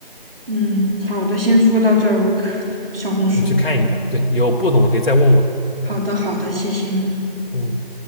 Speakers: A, on the right; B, on the left.
A: 嗯，好的，先说到这儿，我看小红书。
B: 你去看一下，对，有不懂的可以再问我。
A: 好的，好的，谢谢你。
B: 嗯。